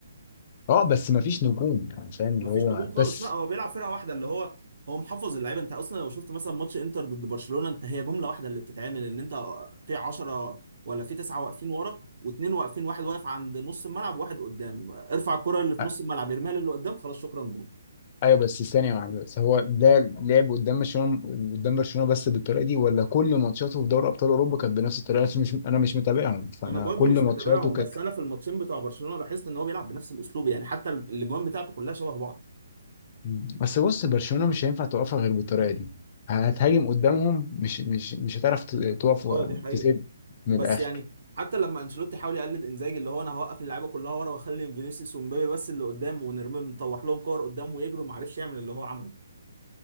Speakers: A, on the left; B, on the right.
A: اه بس مفيش نجوم يعني فاهم
B: ومفيش
A: اللي هو
B: نجوم خالص
A: بس
B: لا هو بيلعب فرقه واحده اللي هو هو محفظ اللعيبه انت اصلا لو شفت مثلا ماتش انتر ضد برشلونه انت هي جمله واحده اللي بتتعمل ان انت في 10 ولا في 9 واقفين ورا واثنين واقفين واحد واقف عند نص الملعب وواحد قدام ارفع الكره اللي في
A: أ-
B: نص الملعب يرميها للي قدام خلاص شكرا جول
A: ايوه بس ثانية واحدة بس هو ده لعب قدام برشلونة قدام برشلونة بس بالطريقة دي ولا كل ماتشاته في دوري ابطال اوروبا كانت بنفس الطريقة عشان مش انا مش متابعهم فانا
B: انا برضو
A: كل
B: مش
A: ماتشاته
B: متابعهم
A: كانت
B: بس انا في الماتشين بتوع برشلونه لاحظت ان هو بيلعب بنفس الاسلوب يعني حتى الاجوان بتاعته كلها شبه بعض
A: مم. بس بص برشلونة مش هينفع توقفها غير بالطريقة دي هتهاجم قدامهم مش مش مش هتعرف ت- تقف و-
B: اه دي حقيقه
A: تسد من
B: بس
A: الاخر
B: يعني حتى لما انشيلوتي حاول يقلد انزاجي اللي هو انا هوقف اللعيبه كلها ورا واخلي فينيسيوس ومبابي بس اللي قدام ونرمي نطوح لهم كور قدام ويجروا ما عرفش يعمل اللي هو عمله